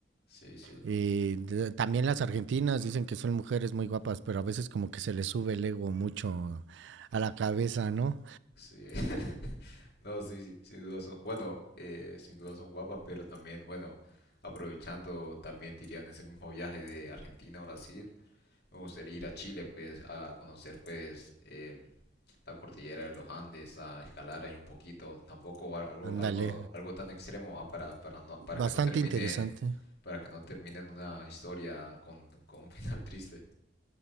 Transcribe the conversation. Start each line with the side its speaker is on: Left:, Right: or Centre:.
Left: <laughs> sí, sí,
Right: Y de- también las argentinas dicen que son mujeres muy guapas, pero a veces como que se les sube el ego mucho a la cabeza, ¿no?
Left: sí. <laughs> No, sí, sí, sin duda son, bueno, eh, sin duda son guapas, pero también, bueno, aprovechando también, dirían, ese mismo viaje de Argentina a Brasil, me gustaría ir a Chile, pues, a conocer, pues, em, la cordillera de los Andes a escalar ahí un poquito, tampoco algo,
Right: Ándale.
Left: algo, algo tan extremo ah, para, para, no, para que
Right: Bastante
Left: no termine,
Right: interesante.
Left: para que no termine en una historia con, con un <laughs> final triste.